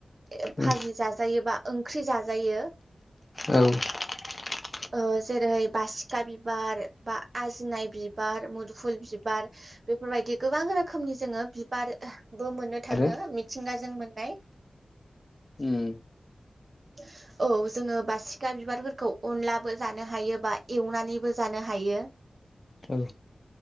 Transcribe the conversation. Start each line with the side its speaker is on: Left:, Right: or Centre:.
Right: ए फाजि
Left: उम
Right: जा जायो बा ओंख्रि जाजायो।
Left: औ <inaudible>
Right: ओ जेरै बासिखा बिबार बा आजिनाय बिबार मुदफुल बिबार बेफोरबायदि गोबां रोखोमनि जोङो बिबारबो मोननो थाङो
Left: आरो
Right: मिथिंगाजों मोननाय
Left: उम
Right: <inaudible> औ जोङो बासिखा बिबारफोरखौ अनलाबो जानो हायो बा एवनानैबो जानो हायो।
Left: औ